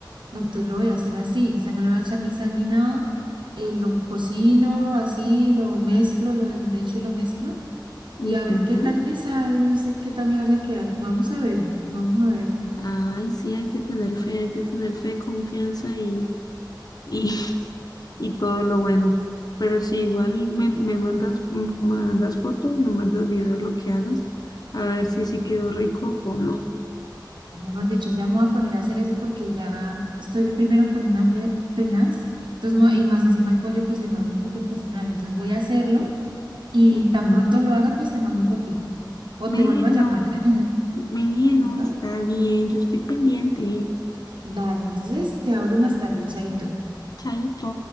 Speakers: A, on the right; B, on the left.
A: No, entonces lo voy a hacer así. O sea, no le voy a echar ni sal ni nada. eh, lo cocino así, lo mezclo, lo desmecho y lo mezclo. y
B: Ujú.
A: a ver qué tal me sabe, no sé qué tal me vaya a quedar. Vamos a ver, vamos a ver.
B: Ay, sí, hay que tener fe, hay que tener fe, confianza y, y, <laughs> y todo lo bueno. Pero si igual me, me mandas, me mandas foto, me mandas video de lo que hagas, a ver si sí quedó rico o no.
A: Mejor dicho, ya me voy a poner a hacer eso porque ya estoy primero con un hambre tenaz. Entonces, no- y más encima el pollo pues se demora un poquito en cocinar. Entonces voy a hacerlo y
B: Ujú.
A: tan pronto lo haga pues te mando fotico o
B: Melo,
A: te vuelvo a llamar. <laughs>
B: melo,
A: ¿Listo?
B: está bien, yo estoy pendiente.
A: Dale, entonces te hablo más tarde, chaito.
B: Chaito.